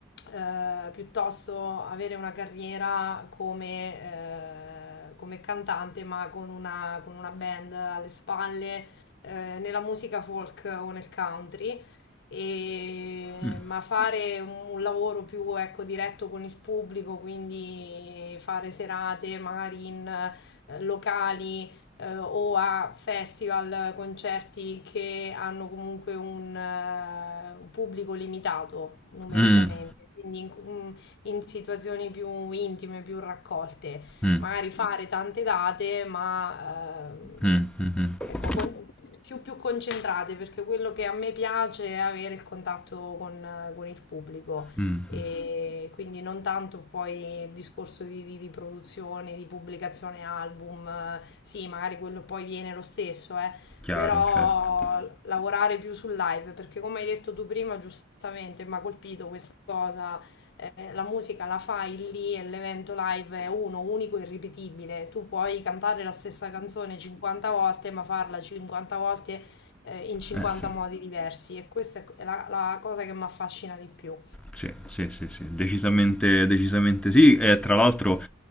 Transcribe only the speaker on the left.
eh, piuttosto avere una carriera come, eh, come cantante, ma con una, con una band alle spalle, eh, nella musica folk o nel country e-
ma fare un lavoro più ecco, diretto con il pubblico, quindi fare serate magari in eh, locali eh, o a festival, concerti che hanno comunque un, eh, un pubblico limitato numericamente,
quindi in, mm, in situazioni più intime, più raccolte,
magari fare tante date, ma ehm,
Ecco, con- più, più concentrate, perché quello che a me piace è avere il contatto con, con il pubblico
e quindi non tanto poi il discorso di, di- di produzione, di pubblicazione album, eh, sì, magari quello poi viene lo stesso, eh,
però
lavorare più sul live, perché come hai detto tu prima, giustamente, mi ha colpito questa cosa eh, la musica la fai lì e l'evento live è uno, unico e irripetibile. Tu puoi cantare la stessa canzone 50 volte, ma farla 50 volte eh, in 50
modi diversi e questa è la, la cosa che mi affascina di più.